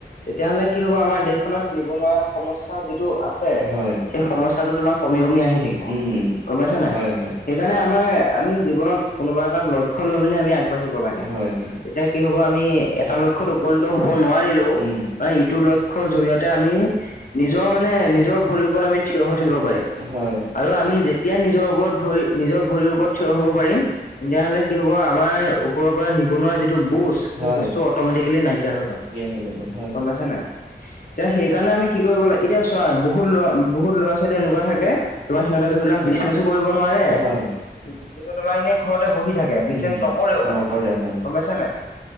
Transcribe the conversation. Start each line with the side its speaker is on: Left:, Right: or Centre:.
Left: তেতিয়াাহ'লে কি হব আমাৰ দেশখনত নিবনুৱা সমস্যা যিটো আছে
Right: হয়
Left: সেই সমস্যাটো তোমাৰ কমি কমি আহি থাকিব
Right: উম
Left: গম পাইছা নে নাই?
Right: হয় হয়
Left: সেইকাৰণে আমাৰ আমি জীৱনত কোনোবা এটা লক্ষ্য লৈ মেলি আমি আগবাঢ়িব লাগে
Right: হয় হয়
Left: এতিয়া কি হব আমি এটা লক্ষ্যত উপনীত হব নোৱাৰিলেও
Right: উম
Left: বা ইটো লক্ষ্যৰ জৰিয়তে আমি নিজৰ মানে নিজৰ ভৰিৰ ওপৰত আমি থিয় হৈ থাকিব পাৰিম।
Right: হয়।
Left: আৰু আমি যেতিয়া নিজৰ ওপৰত-ভৰি নিজৰ ভৰিৰ ওপৰত থিয় হব পাৰিম তেতিয়া হ'লে কি হব আমাৰ ওপৰৰ পৰা নিবনুৱা যিটো বুজ সেই
Right: হয়
Left: বুজটো অটমেটিকেলি নাইকিয়া হৈ যাব গম
Right: হৈ যাব হয়
Left: পাইছা নাই? এতিয়া সেইকাৰণে আমি কি কৰিব লাগে এতিয়া চোৱা বহুত লৰা বহুত লৰা ছোৱালী এনেকুৱা থাকে তোমাৰ সিহঁতে ধৰি লোৱা বি কৰিব নোৱাৰে
Right: হয়
Left: কিন্তু তোমাৰ এনে ঘৰতে বহি থাকে। বিশ্বাস
Right: উম
Left: নকৰেও
Right: নকৰে
Left: মানে
Right: হয়
Left: গম পাইছা নে নাই?